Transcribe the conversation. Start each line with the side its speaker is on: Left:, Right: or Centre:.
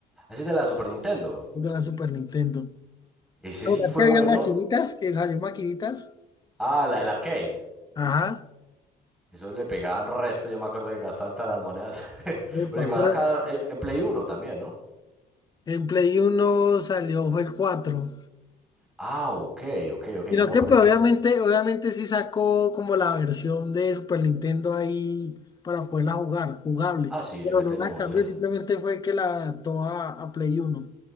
Centre: Ese es de la Super Nintendo.
Left: de la Super Nintendo.
Centre: Ese
Left: Ahora,
Centre: sí fue
Left: ¿qué había
Centre: bueno.
Left: maquinitas? ¿Que salió maquinitas?
Centre: Ah, la, el arcade.
Left: Ajá.
Centre: Eso le pegaban resto, yo me acuerdo que gastaban todas las monedas. <laughs>
Left: Epa,
Centre: Pero llegó
Left: pero-
Centre: a sacar en, en Play Uno también, ¿no?
Left: En Play Uno salió, fue el cuatro
Centre: Ah, ok, ok, ok.
Left: Sino
Centre: No,
Left: que
Centre: pero
Left: pues
Centre: es que.
Left: obviamente, obviamente sí sacó como la versión de Super Nintendo ahí para poderla jugar, jugable.
Centre: Ah, sí,
Left: Pero
Centre: le meten
Left: no la
Centre: muchas.
Left: cambió, simplemente fue que la adaptó a, a Play Uno